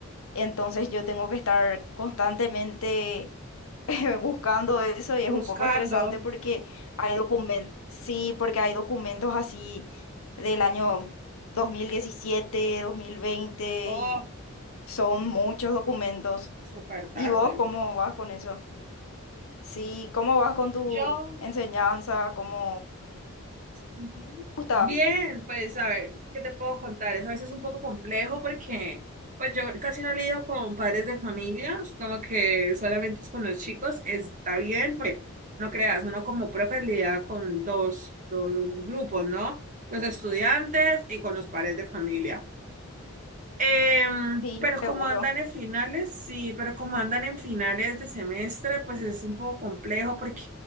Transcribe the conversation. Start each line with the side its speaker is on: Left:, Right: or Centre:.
Left: Entonces yo tengo que estar constantemente <laughs> buscando eso y es
Right: Buscando.
Left: un poco estresante porque hay documentos, sí, porque hay documentos así del año dos dos mil diecisiete, dos mil veinte
Right: Oh,
Left: y son muchos documentos.
Right: súper tarde.
Left: ¿Y vos cómo vas con eso? Sí, ¿cómo vas con tu
Right: Yo
Left: enseñanza? ¿Cómo
Right: Ujú.
Left: te gusta?
Right: Bien, pues a ver, ¿qué te puedo contar? Es a veces un poco complejo porque pues yo casi no lidio con padres de familia, es como que solamente es con los chicos, está bien, pues no creas, uno como profe lidia con dos, dos grupos, ¿no? Los estudiantes y con los padres de familia. Em,
Left: Sí,
Right: pero
Left: seguro.
Right: como andan en finales, sí, pero como andan en finales de semestre, pues es un poco complejo porque